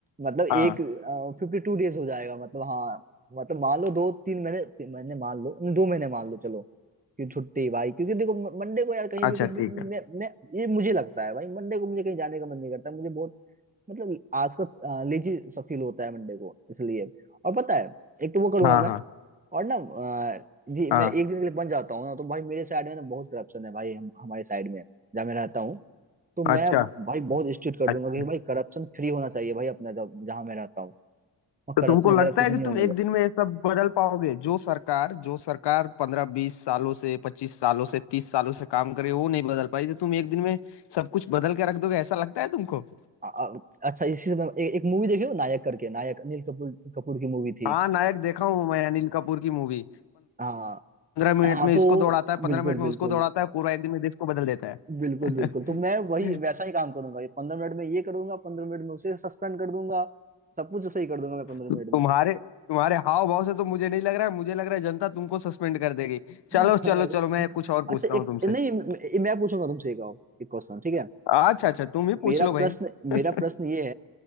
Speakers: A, on the right (about 20°); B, on the left (about 70°).
A: मतलब
B: हाँ
A: एक फिफ्टी टू डेज हो जाएगा मतलब हाँ मतलब मान लो दो तीन महीने तीन महीने मान लो दो महीने मान लो चलो कि छुट्टी भाई क्योंकि देखो मंडे को यार कहीं
B: अच्छा
A: भी कुछ भी
B: ठीक है
A: मैं मैं ये मुझे लगता है भाई मंडे को मुझे कहीं जाने का मन नहीं करता मुझे बहुत मतलब आज का लेजी सा फील होता है मंडे को इसलिए और पता है एक तो वो करूंगा
B: हाँ
A: मैं
B: हाँ
A: और ना अ, जी
B: हाँ
A: मैं एक दिन के लिए बन जाता हूँ ना तो भाई मेरे साइड में ना बहुत करप्शन है भाई हम, हमारे साइड में जहाँ मैं रहता हूँ तो मैं
B: अच्छा
A: भाई बहुत स्ट्रिक्ट कर
B: अच्छा
A: दूंगा कि भाई करप्शन फ्री होना चाहिए भाई अपना जब जहाँ मैं रहता हूँ और
B: तो
A: करप्शन
B: तुमको लगता
A: वगैरह कुछ
B: है कि
A: नहीं होने
B: तुम एक
A: लग
B: दिन में ये सब बदल पाओगे जो सरकार जो सरकार पंद्रह बीस सालों से पच्चीस सालों से तीस सालों से काम करे वो नहीं बदल पाई तो तुम एक दिन में सब कुछ बदल के रख दोगे ऐसा लगता है तुमको
A: आ- आ- अच्छा इसी से मैं ए, एक मूवी देखी हो नायक करके नायक अनिल कपूर कपूर की मूवी थी
B: हाँ नायक देखा हूँ मैं अनिल कपूर की मूवी
A: हाँ
B: पंद्रह मिनट
A: हाँ
B: में
A: तो
B: इसको दौड़ाता है पंद्रह
A: बिल्कुल
B: मिनट में
A: बिल्कुल
B: उसको दौड़ाता है पूरा एक दिन में देश को बदल देता है
A: बिल्कुल बिल्कुल तो मैं वही
B: <laughs>
A: वैसा ही काम करूंगा ये पंद्रह मिनट में ये करूंगा पंद्रह मिनट में उसे सस्पेंड कर दूंगा सब कुछ सही कर दूंगा मैं पंद्रह
B: तो तुम्हारे
A: मिनट में
B: तुम्हारे हाव भाव से तो मुझे नहीं लग रहा है मुझे लग रहा है जनता तुमको सस्पेंड कर देगी चलो
A: अरे,
B: चलो चलो मैं कुछ और पूछता
A: अच्छा
B: हूँ
A: एक
B: तुमसे
A: नहीं मैं मैं पूछूंगा तुमसे एक और- एक क्वेश्चन ठीक है
B: अच्छा अच्छा तुम ही पूछ
A: मेरा
B: लो भाई
A: प्रश्न
B: <laughs>
A: मेरा प्रश्न ये